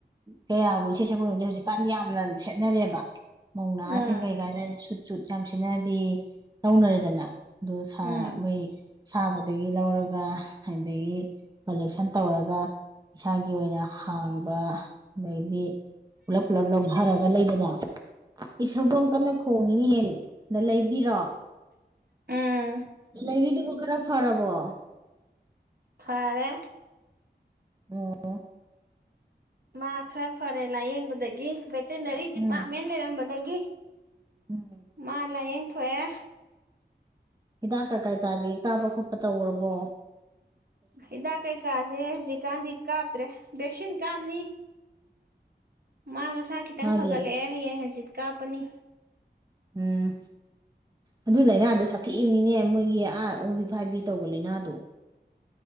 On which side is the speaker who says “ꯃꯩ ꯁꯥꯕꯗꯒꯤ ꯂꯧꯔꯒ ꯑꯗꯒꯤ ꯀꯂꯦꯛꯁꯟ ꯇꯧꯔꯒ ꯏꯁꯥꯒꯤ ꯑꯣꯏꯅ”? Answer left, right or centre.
Right